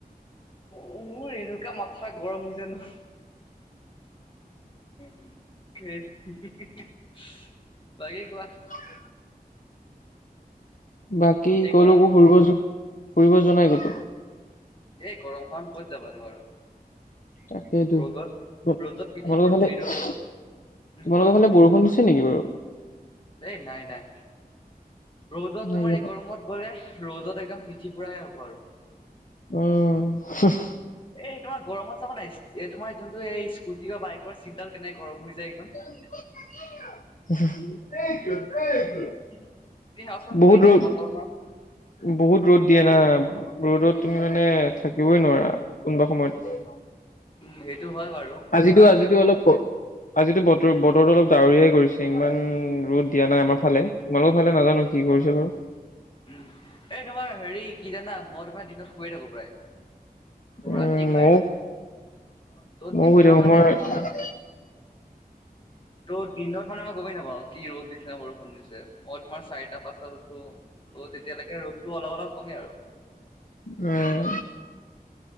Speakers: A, on the left; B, on the left.
A: অঁ মোৰ এনেকুৱা মাথা গৰম হৈছে ন? উম হু হু এত হি হি হি চে বাকি কোৱা?
B: হয় <inaudible> বাকী
A: এই
B: কলো
A: গৰম
B: ফুৰিব যোৱা ফুৰিব যোৱা নাই কতো?
A: এই গৰমখনত ক'ত যাবানো আৰু?
B: তাকেইতো,
A: ৰ'দত
B: তো
A: ৰ'দত পিঠিবোৰ
B: তোমালোকৰ ফালে
A: সেইটো
B: চু
A: ৰ'দত উম
B: তোমোকৰ
A: কোৱা
B: ফালে বৰষুণ দিছে নেকি বাৰু?
A: এই নাই নাই। ৰ'দত
B: নাই
A: তোমাৰ
B: ইয়াত
A: এই গৰমত গ'লে, ৰ'দত একদম পিঠি পুৰাহে হ'ব আৰু।
B: উম হুহ।
A: এই তোমাৰ গৰমত চাবা নাই চি এই তোমাৰ যোনটো এই স্কুটি বা বাইকৰ চিটডাল কেনেকে গৰম হৈ যায় একদম?
B: <unintelligible>
A: কি কি আচল তুমি
B: বহুত
A: এতিয়া
B: ৰ'দ
A: কতনত
B: বহুত ৰ'দ দিয়ে না, ৰ'দত তুমি মানে থাকিবই নোৱাৰা কোনোবা সময়ত।
A: উম সেইটো হয় বাৰু আৰু
B: আজিতো
A: তাতে
B: আজিতো
A: মোৰ
B: অলপ আজিতো বতৰ বতৰটো অলপ ডাৱৰীয়াই কৰিছে, ইমান ৰ'দ দিয়া নাই আমাৰ ফালে। তোমালোকৰ ভালে নাজানো কি কৰিছে বাৰু?
A: উম এ তোমাৰ হেৰি কি জানা মই তোমাৰ দিনত শুয়ে থাকো প্ৰায়। ত
B: উম
A: ৰাতি খাই
B: ময়ো
A: থাকি, অঁ ত'
B: ময়ো
A: দিনৰ
B: শুই থাকো
A: মানে
B: মই
A: তোমাৰ ত' দিনত মানে মই গমেই নাপাওঁ, কি ৰ'দ দিছে নে বৰষুণ দিছে? মই তোমাৰ চাৰিটা- পাঁচটাত উঠো। অ তেতিয়ালৈকে ৰ'দটো অলপ অলপ কমে আৰু।
B: উম।